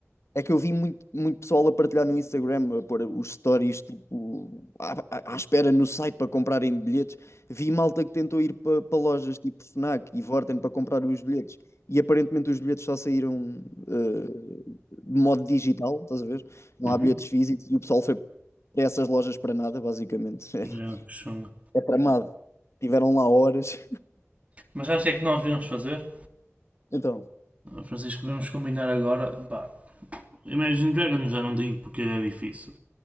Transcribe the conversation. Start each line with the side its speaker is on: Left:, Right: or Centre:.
Left: É que eu vi muito, muito pessoal a partilhar no Instagram, a pôr os stories tipo, à, à- à espera no site para comprarem bilhetes. Vi malta que tentou ir para para lojas tipo Fnac e Vorten para comprar os bilhetes. E aparentemente os bilhetes só saíram eh, de modo digital, estás a ver? Não
Right: Uhum.
Left: há bilhetes físicos e o pessoal foi para essas lojas para nada, basicamente. <laughs>
Right: Yeah, que chunga.
Left: É, tramado. Tiveram lá horas.
Right: Mas acho que é que nós devemos fazer,
Left: Então,
Right: Francisco, devemos combinar agora. Pá, Imagine Dragons já não digo porque é difícil.